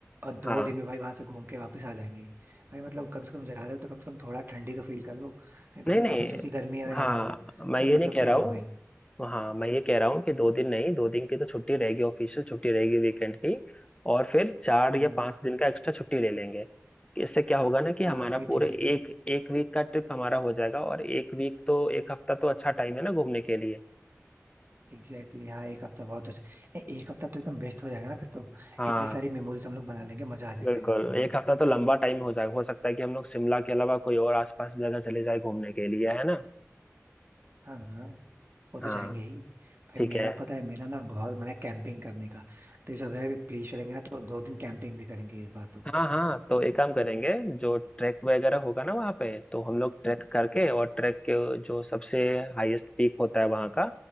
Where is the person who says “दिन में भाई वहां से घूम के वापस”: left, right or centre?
Right